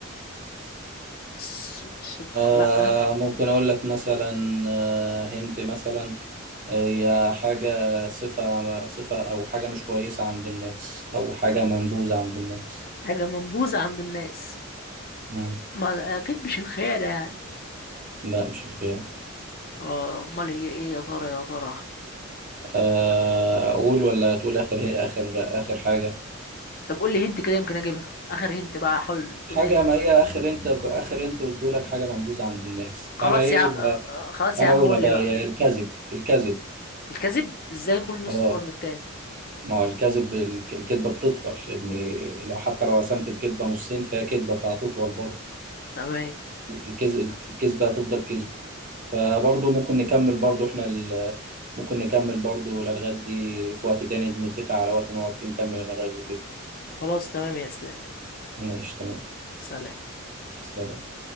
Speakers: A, on the left (about 45°); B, on the right (about 40°).
A: الص- صدق
B: آه
A: لا
B: ممكن أقول لك مثلا آه هند مثلا آه، هي حاجة صفة صفة أو حاجة مش كويسة عند الناس أو حاجة منبوذة عند الناس
A: حاجة منبوذة عند الناس
B: مم.
A: ما اكيد مش الخيانة يعني
B: لا مش الخيانة
A: آه، امال هي ايه يا ترى يا ترى
B: آه، اقول ولا تقول اخر هي اخر اخر حاجه
A: طب قول لي هنت كده يمكن اجيبها اخر هنت بقى حاول تقول
B: حاجه
A: لي هنت
B: ما هي اخر انت اخر انت قلت لك حاجه منبوذه عند الناس
A: خلاص
B: فانا ايه
A: يا ع- آه،
B: بقى-
A: آه، خلاص
B: فانا
A: يا عم
B: اقولها
A: قول
B: بقى
A: لي بقى
B: هي الكذب الكذب
A: الكذب ازاي كل نص
B: اه
A: اطول من التاني
B: ما هو الكذب الك- الكذبه بتطول لان لو حتى لو قسمت الكذبه نصين فهي كذبه فهتطول برضه
A: تمام
B: الكذب الكذبه هتفضل كذب فبرضه ممكن نكمل برضه احنا ال... ممكن نكمل برضه الالغاز دي في وقت تاني نتفق على وقت نقعد فيه نكمل الالغاز وكده
A: خلاص تمام يا اسلام
B: ماشي تمام
A: سلام
B: سلام